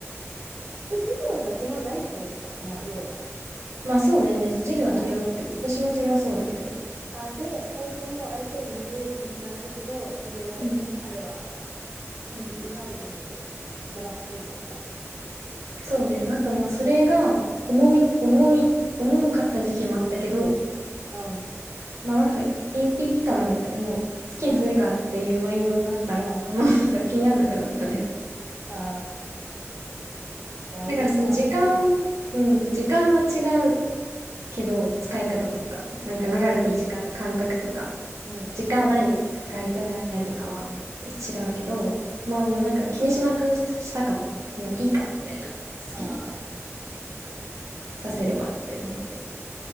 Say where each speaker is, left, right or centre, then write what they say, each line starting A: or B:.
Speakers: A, on the right; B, on the right.
A: え、授業が基本ないってことか。まあ、要は。
B: まあそうね、授業は取り終わってる。
A: あ
B: 私もそれはそうだけど。
A: あ。あ、で、二人ともある程度自由な時間だけど、それを彼は
B: うん。
A: いい、うまい時にこなしてるってことか。
B: そうね、なんかまあそれが重み、重い、重かった時期もあったけど、
A: うん。
B: まあなんかいい、いいかなみたいな、もう好きにさせるかっていうマインドになったら、あんまなんか気にならなくなったね。
A: <laughs> ああ。じゃあ、あんまりさ、
B: だからその時間、
A: あ、
B: うん、時間は違うけど、使い方とか、なんか流れてる時間の感覚とか、
A: うん、うん。
B: 時間を何に使いたいとかは違うけど、まあもうなんか気にしなくしたかも。もういいか、みたいな。好きに
A: ああ、
B: させればって思って。